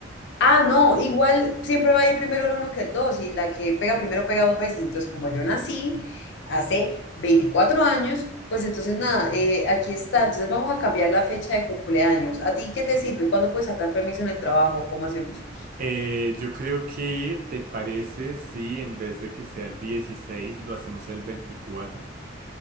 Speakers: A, on the left (about 65°); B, on the right (about 45°).
A: Ah, no, igual siempre va a ir primero el uno que el dos y la que pega primero pega dos veces. Entonces, como yo nací hace 24 años, pues entonces nada, eh, aquí está. Entonces vamos a cambiar la fecha de cumpleaños. ¿A ti qué te sirve? ¿Cuándo puedes sacar permiso en el trabajo? ¿Cómo hacemos?
B: Eh, yo creo que te parece si en vez de que sea el 16 lo hacemos el 24.